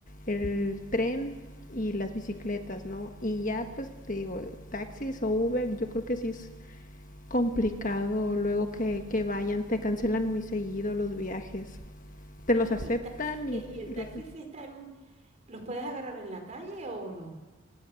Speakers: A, on the left (about 35°); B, on the right (about 30°).
A: el tren y las bicicletas, ¿no? Y ya, pues te digo, taxis o Uber, yo creo que sí es complicado luego que, que vayan, te cancelan muy seguido los viajes, te los
B: Ah,
A: aceptan
B: y taxi que,
A: y,
B: y el
A: y
B: taxi
A: lo te...
B: se está ¿Los puedes agarrar en la calle o no?